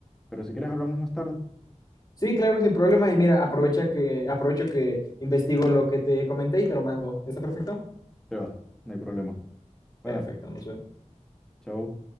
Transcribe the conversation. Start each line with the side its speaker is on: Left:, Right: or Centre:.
Centre: pero si quieres hablamos más tarde.
Left: Sí, claro, sin problema. Y mira, aprovecha que, aprovecho que investigo lo que te comenté y te lo mando. ¿Está perfecto?
Centre: Se va, no hay problema. Bueno,
Left: Perfecto, nos vemos.
Centre: chao.